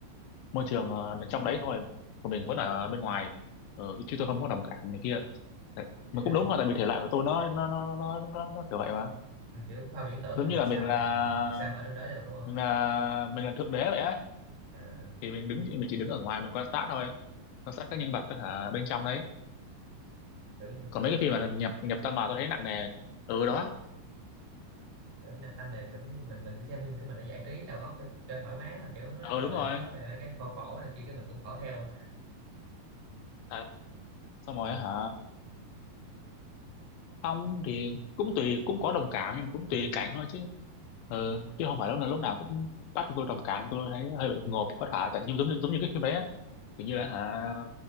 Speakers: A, on the left; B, on the right.
A: môi trường ờ, trong đấy thôi còn mình vẫn
B: à,
A: ở bên ngoài ừ, chứ tôi không có đồng cảm này kia Tại- mà
B: <laughs>
A: cũng đúng thôi tại vì thể loại của tôi nó nó nó nó nó, nó kiểu vậy mà
B: mình kiểu khoa học viễn tưởng
A: giống
B: thì mình
A: như là
B: sao
A: mình
B: mình
A: là
B: sao mà ở trong đó được đúng không
A: mình là mình là thượng đế vậy á
B: à,
A: thì mình đứng mình chỉ đứng ở ngoài mình quan sát thôi quan sát các nhân vật đó, hả bên trong đấy
B: kiểu như
A: còn
B: mình
A: mấy
B: sẽ
A: cái phim mà nhập nhập tâm vào tôi thấy nặng nề ừ đó
B: kiểu nạp tâm về kiểu như mình mình đi xem phim của mình để giải trí đầu óc cho, cho thoải mái mà kiểu nó
A: ừ
B: gọi
A: đúng
B: là
A: rồi
B: nó nói về mấy cái khổ khổ này kia cái mình cũng khổ theo à,
A: tại xong rồi
B: ừ.
A: hả không thì cũng tùy cũng có đồng cảm nhưng mà cũng
B: Ờ,
A: tùy cảnh thôi chứ ừ, chứ không phải lúc nào lúc nào cũng bắt tôi đồng cảm tôi thấy hơi bị ngộp có thể tại như giống như giống như cái phim đấy á kiểu như
B: à,
A: là hả